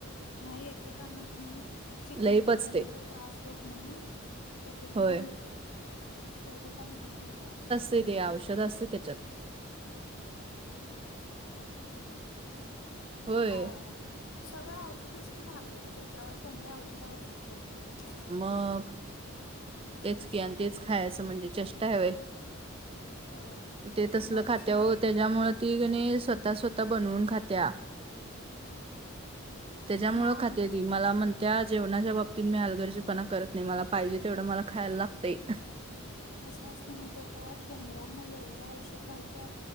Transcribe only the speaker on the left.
नाही एकेकांना की नाही चिकन
खाल्ल्यानंतर त्रास होत नाही. एकेकांना
होतोय. एकेकांना होतोय त्रास.
होय
हा सगळं औषधंच की मारलेलं त्याच्यावर. कोंबड्या औषधावरच की जगत्यात.
होय.
मग
कसं
मग आणि
कस असतय माहिती आहे का कोंबड्यांना एवढ औषध घालत्यात.